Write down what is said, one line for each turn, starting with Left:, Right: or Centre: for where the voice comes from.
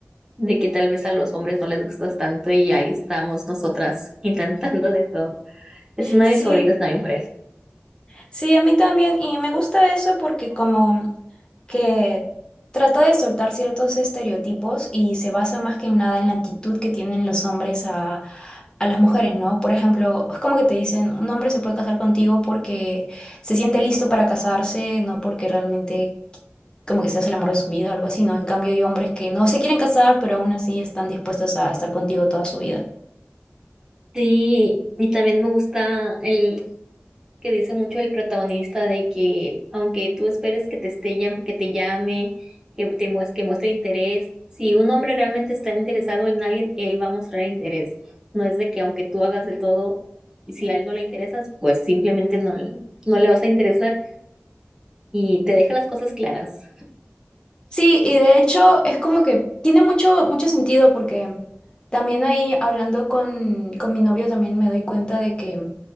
Right: de que tal vez a los hombres no les gustas tanto y ahí estamos nosotras <laughs> intentando de todo. Es una
Left: Sí,
Right: de mis favoritas también por eso.
Left: sí, a mí también, y me gusta eso porque como que trata de soltar ciertos estereotipos y se basa más que en nada en la actitud que tienen los hombres a, a las mujeres, ¿no? Por ejemplo, es como que te dicen, un hombre se puede casar contigo porque se siente listo para casarse, no porque realmente como que seas el amor de su vida o algo así, ¿no? En cambio, hay hombres que no se quieren casar, pero aún así están dispuestos a estar contigo toda su vida.
Right: Sí, y también me gusta el que dice mucho el protagonista de que aunque tú esperes que te esté llam- que te llame, que te mues- que muestre interés, si un hombre realmente está interesado en alguien, él va a mostrar interés. No es de que aunque tú hagas de todo, y si a él no le interesas, pues simplemente no, no le vas a interesar y te deja las cosas claras.
Left: Sí, y de hecho es como que tiene mucho, mucho sentido porque también ahí hablando con, con mi novio también me doy cuenta de que